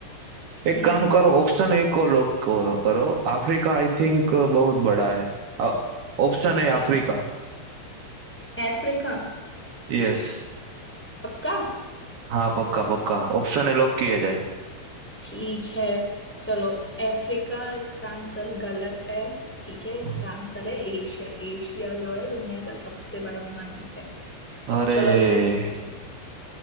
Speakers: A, on the right; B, in the centre.
A: एक
B: हम्म
A: काम करो ऑप्शन ए को लॉक करो करो। अफ्रीका आई थिंक बहुत बड़ा है ऑप्शन है
B: ए-
A: अफ्रीका
B: अफ्रीका
A: यस
B: पक्का
A: हाँ पक्का पक्का ऑप्शन है लॉक किया जाए
B: ठीक है चलो अफ्रीका इसका आंसर गलत है ठीक है इसका
A: हाँ।
B: आंसर है एशिया एशिया जो है दुनिया का सबसे बड़ा महाद्वीप है
A: अरे
B: चलो अब मेरे से पूछो